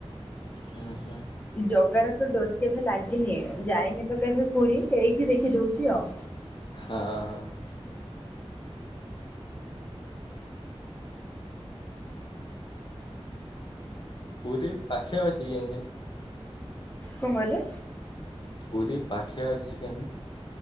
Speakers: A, on the left; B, on the left.
A: ହୁଁ ହୁଁ।
B: ଜଗାରେ ତ ଡୋରି କେଭେ ଲାଗିନି ଯାଇନି ତ କେଭେ ପୁରୀ ଏଇଠି ଦେଖି ଦଉଚି ଆଉ।
A: ହଁ। ପୁରୀ ପାଖେ ଅଛି <unintelligible>
B: କଣ କହିଲେ?
A: ପୁରୀ ପାଖେଆ ଅଛି କେହିଁ?